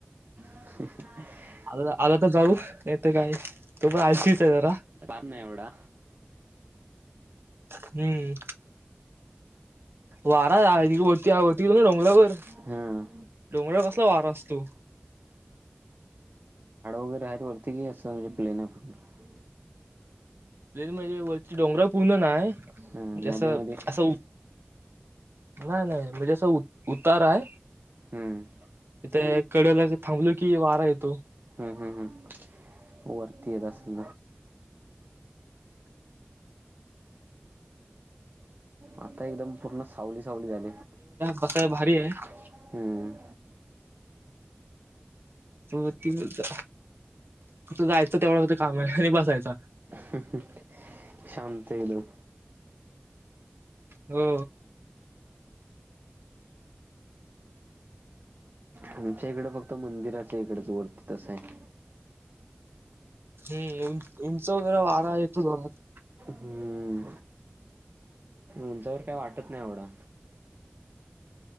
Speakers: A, on the right; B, on the right.
A: <inaudible>
B: आ आला तर जाऊ, नाहीतर काय, तो पण आळशीच आहे जरा.
A: फार नाही एवढा
B: हम्म वारा हाये वरती, वरती बघा डोंगरावर,
A: हा
B: डोंगरावर कसला वारा असतो.
A: वर आहे वरतीही असं म्हणजे प्लेन आहे फक्त
B: प्लेन म्हणजे वरती डोंगरावर? पूर्ण नाही म्हणजें
A: अं, मध्ये
B: असं
A: मध्ये
B: असं नाही नाही म्हणजे असं उतार आहे.
A: हम्म
B: इथे कडेला थांबलो की वारा येतो.
A: हम्म, हम्म, हम्म. वरती येत असल आता एकदम पूर्ण सावली सावली झालीये.
B: काय भारी आहे.
A: हम्म
B: तु त जायचं तेवढं फक्त काम आहे घरी बसायच.
A: ह ह ह शांत एकदम.
B: हो
A: आमच्या इकडं फक्त मंदिराच इकडच वरती त सं हाय
B: ती उंच वारा येतो जोरात.
A: हम्म उंचावर काय वाटत नाही एवढं.